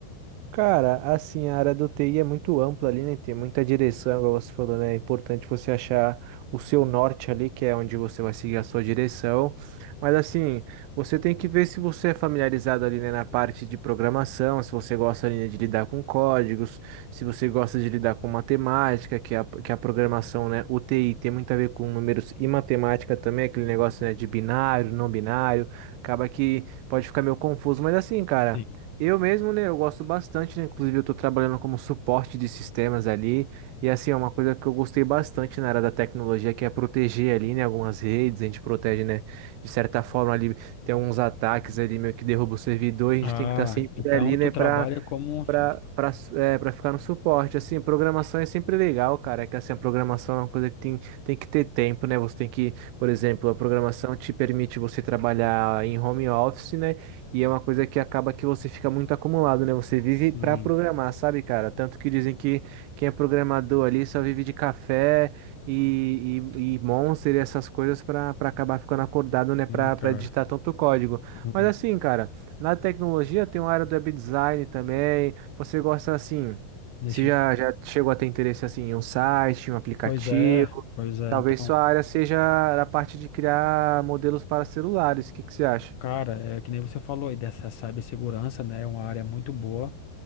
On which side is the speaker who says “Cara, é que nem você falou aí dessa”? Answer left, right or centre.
Left